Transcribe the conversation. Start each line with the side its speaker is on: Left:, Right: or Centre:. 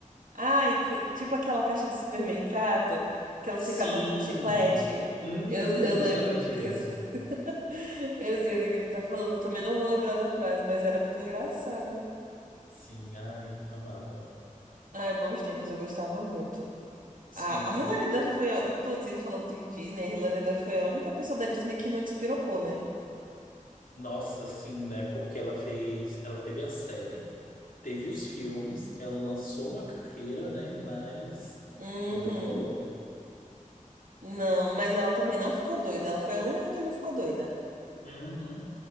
Right: Ai, c- tipo aquela caixa de supermercado que elas
Left: Sim.
Right: ficavam com chiclete.
Left: Uhum,
Right: Eu, eu
Left: justamente
Right: lembro do que.
Left: isso.
Right: Eu, <laughs> eu sei do que você tá falando. Eu também não vou lembrar da frase, mas era muito engraçada.
Left: Sim, ai, amava.
Right: Ai, bons tempos, eu gostava muito.
Left: Sim,
Right: A, a Hilary Duff foi, a- inclusive, falando de Disney, a Hilary Duff foi a única pessoa da Disney que não despirocou, né?
Left: nossa, sim, né? Porque ela fez, ela teve a série, teve os filmes, ela lançou uma carreira, né? Mas
Right: Uhum.
Left: não decolou.
Right: Não, mas ela também não ficou doida. Ela foi a única que não ficou doida.
Left: Uhum.